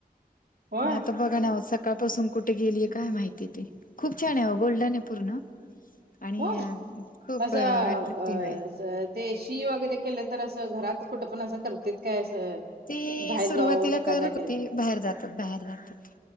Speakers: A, on the right; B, on the left.
A: होय
B: पण आता बघा ना ओ सकाळपासून कुठे गेलीय काय माहिती ती खूप छान आहे गोल्डनये पूर्ण. आणि
A: होय
B: खूप
A: असं
B: अट्रॅक्टिव्ह
A: अ
B: आहे.
A: असं ते शी वगैरे केलं तर असं घरात कुठं पण असं करतेत काय असं
B: ती
A: बाहेर
B: सुरुवातीला
A: जाऊन एका
B: करत
A: जागेला
B: होती बाहेर जातात बाहेर जातात.